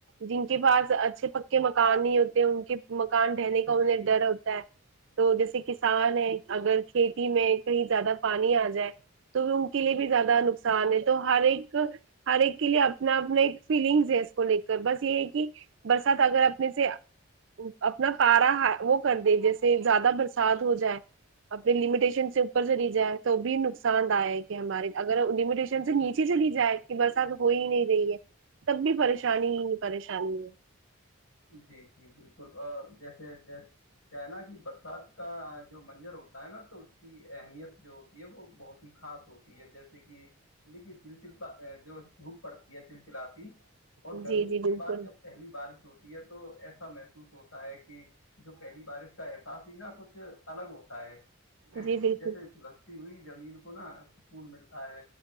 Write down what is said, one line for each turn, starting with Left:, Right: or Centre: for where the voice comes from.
Right: جن کے پاس اچھے پکے مکان نہیں ہوتے ان کے مکان ڈہنے کا انہیں
Left: جی
Right: ڈر ہوتا تو جیسے کسان ہے اگر کھیتی میں کہیں زیادہ پانی آ جائے تو ان کے لیے بھی زیادہ نقصان ہے تو ہر ایک ہر ایک کے لیے اپنا اپنا ایک فیلنگس ہے اس کو لے کر بس یہ ہے کہ برسات اگر اپنے سے اپنا پارا وہ کر دے جیسے زیادہ برسات ہو جائے اپنے لمیٹیشن سے اوپر سے لی جائیں تو بھی نقصان د آ ہے کہ ہمارے اگرٹیشن سے نیچے چلی جائے کہ برسات ہو ہی نہیں رہی ہے تب بھی پریشانی ہی پریشانی ہے
Left: جی جی بالکل اور جیسے جیس کیا ہے نا کہ برسات کا جو منظر ہوتا ہے نا تو اس کی اہمیت جو ہوتی ہے وہ بہت خاص ہوتی ہے جیسے کہ دیکھیے چ چ جو دھوپ پڑتی ہے چل چلی
Right: ہے
Left: اور گرمی
Right: جی جی
Left: کے
Right: بالکل
Left: بعد جب پہلی بارش ہوتی ہے تو ایسا محسوس ہوتا ہے کہ جو پہلی بارش کا احساس ہی نا کچھ الگ ہوتا ہے
Right: جی بالکل
Left: جیسے جس ہوئی زمین کو نا سکون ملتا ہے